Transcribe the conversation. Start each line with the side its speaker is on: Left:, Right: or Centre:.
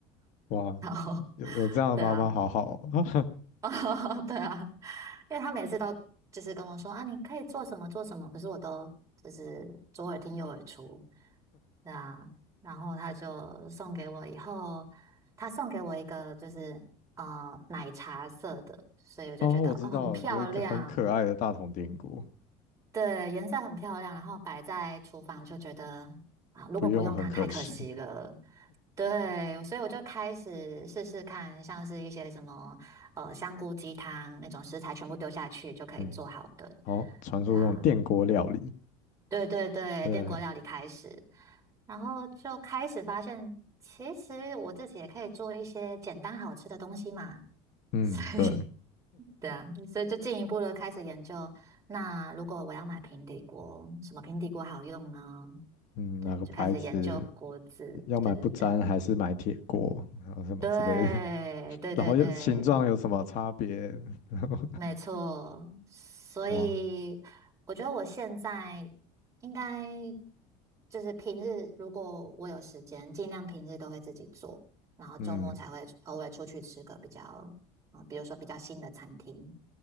Left: 哇，
Right: 然后，
Left: 有有这样的妈妈好好哦。
Right: <laughs> 对啊，哦，<laughs> 对啊，因为他每次都就是跟我说啊，你可以做什么做什么，可是我都就是左耳听右耳出，对啊，然后他就送给我以后，他送给我一个就是呃奶茶色的，所以我就觉得哦很漂亮，
Left: 哦，我知道了有一个很可爱的大同电锅，
Right: 对，颜色很漂亮，然后摆在厨房就觉得啊，如果不用它太可惜了。
Left: 不用很可惜。
Right: 对，所以我就开始试试看，像是一些什么呃香菇鸡汤那种食材，全部丢下去就可以做好的。
Left: 嗯，好，传说中的电锅料理，
Right: 对啊，对对对，
Left: 对，
Right: 电锅料理开始，然后就开始发现，其实我自己也可以做一些简单好吃的东西嘛。
Left: 嗯，
Right: 所以
Left: 对，
Right: 对啊，所以就进一步的开始研究。那如果我要买平底锅，什么平底锅好用呢？
Left: 嗯，
Right: 对，
Left: 哪个牌子
Right: 就开始研究锅子。
Left: 要买不粘还是买铁锅，
Right: 对对对，
Left: 然后什么之类的，
Right: 对对对对，
Left: <laughs> 然后又形状有什么差别？<laughs> 然后
Right: 没错。所以我觉得我现在应该
Left: 哇，
Right: 就是平日，如果我有时间，尽量平日都会自己做，然后周末才会偶尔出去吃个比较，
Left: 嗯，
Right: 嗯，比如说比较新的餐厅。